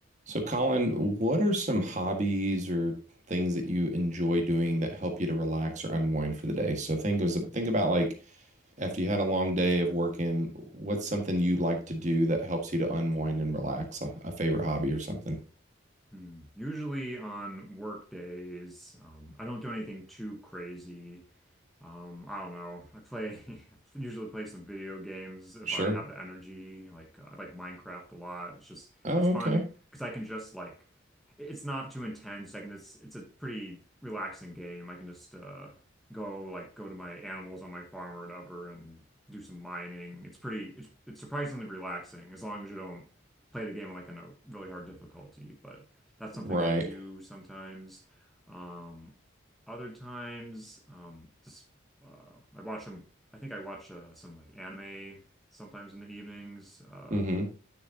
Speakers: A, on the right; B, in the centre.
A: So, Colin, what are some hobbies or things that you enjoy doing that help you to relax or unwind for the day? So, think of, think about like after you had a long day of working, what's something you like to do that helps you to unwind and relax? A, a favorite hobby or something?
B: Hmm. Usually on work days, um, I don't do anything too crazy. Um, I don't know. I play <laughs> I usually play some video games if
A: Sure.
B: I have the energy. Like uh, I like Minecraft a lot. It's just
A: Oh,
B: it's fun
A: okay.
B: because I can just like it- it's not too intense. I can just it's a pretty relaxing game. I can just uh go like go to my animals on my farm or whatever and do some mining. It's pretty it's it's surprisingly relaxing as long as you don't play the game like on a really hard difficulty. But that's
A: Right.
B: something I do sometimes. Um, other times, um, just uh, I watch them. I think I watch uh, some like anime sometimes in the evenings. Uh,
A: Mm-hmm.